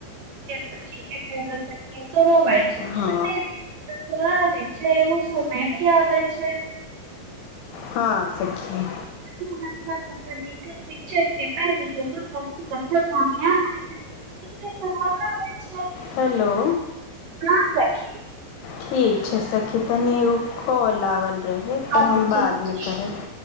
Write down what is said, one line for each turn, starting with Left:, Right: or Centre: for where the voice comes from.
Right: त होइ छै <unintelligible>
Left: हँ
Right: त दुआ दै छै एगो समय भी आबै छै
Left: हँ सखी
Right: <inaudible> शिक पहि द क होइ छै होइ छै
Left: हेलो
Right: कहाँ सखी
Left: ठीक छै सखी तनी एगो कॉल आवल रहै
Right: अच्छा
Left: तऽ हम
Right: ठीक
Left: बादमे
Right: छै
Left: करब